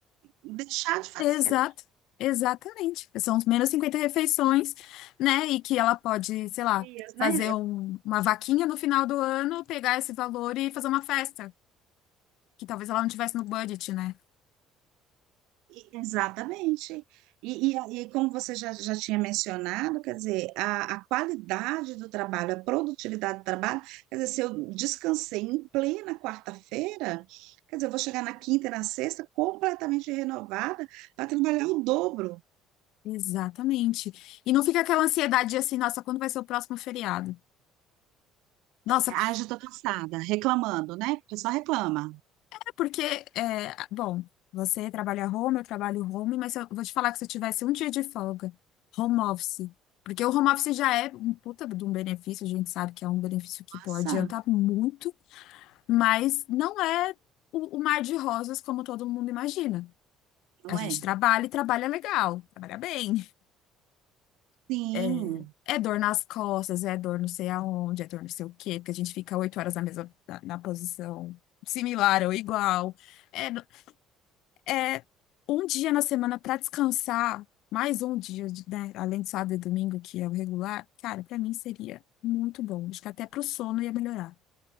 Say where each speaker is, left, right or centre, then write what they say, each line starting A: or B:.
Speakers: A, on the right (about 80°); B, on the left (about 60°).
A: deixar de fazer,
B: Exato,
A: né?
B: exatamente. São os menos cinquenta refeições, né? E que ela pode, sei lá,
A: dias, né?
B: fazer um- uma vaquinha no final do ano, pegar esse valor e fazer uma festa, que talvez ela não tivesse no budget, né?
A: E- Exatamente. E, e, a- e como você já, já tinha mencionado, quer dizer, a, a qualidade do trabalho, a produtividade do trabalho, quer dizer, se eu descansei em plena quarta-feira, quer dizer, eu vou chegar na quinta e na sexta completamente renovada para trabalhar o dobro.
B: Exatamente. E não fica aquela ansiedade de assim, nossa, quando vai ser o próximo feriado? Nossa,
A: Ah,
B: c-
A: já estou cansada, reclamando, né? Porque só reclama.
B: é porque, é, bom, você trabalha home, eu trabalho home, mas eu vou te falar que se eu tivesse um dia de folga, home office, porque o home office já é um puta de um benefício, a gente sabe que é um benefício que
A: Nossa,
B: pode adiantar muito, mas não é o, o mar de rosas como todo mundo imagina.
A: não
B: A gente
A: é?
B: trabalha e trabalha legal, trabalha bem.
A: Sim,
B: É é dor nas costas, é dor não sei aonde, é dor não sei o quê, porque a gente fica oito horas na mesma, na, na posição similar ou igual. É, no- é um dia na semana para descansar, mais um dia, de- né, além de sábado e domingo, que é o regular, cara, para mim seria muito bom. Acho que até pro sono ia melhorar.